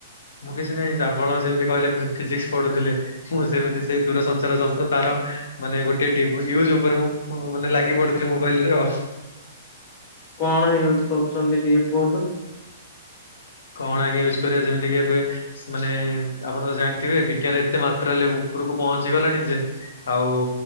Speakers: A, on the left; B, on the left.
A: ମୁଁ କିଛି ନାହିଁ, ଆପଣ ଯେମିତି କହିଲେ ଫିଜିକ୍ସ ପଢୁଥିଲେ? ମୁଁ ସେମିତି ସେ ଦୂରସଞ୍ଚାର ଯନ୍ତ୍ର ତାର, ମାନେ ଗୋଟେ ଡି ୟୁଜ୍ ଉପରେ ମୁଁ ମାନେ ଲାଗି ପଡିଥିଲି ମୋବାଇଲ୍ ରୁ ଆଉ।
B: କଣ ୟୁଜ୍ କରୁଚନ୍ତି ଟିକେ କୁହନ୍ତୁ?
A: କଣ ଆଜ୍ଞା ୟୁଜ୍ କରିବା, ଯେମିତି କି ଏବେ ମାନେ ଆପଣ ତ ଜାଣିଥିବେ, ବିଜ୍ଞାନ ଏତେ ମାତ୍ରା ହେଲେ ଉପରକୁ ପହଞ୍ଚି ଗଲାଣି ଯେ ଆଉ,